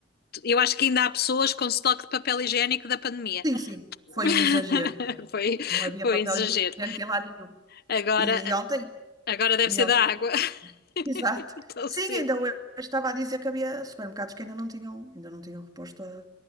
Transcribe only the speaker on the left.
Eu acho que ainda há pessoas com estoque de papel higiênico da pandemia.
<laughs>
Foi,
foi
um exagero.
Agora,
agora deve
ser
da água, <laughs>
tão
cedo.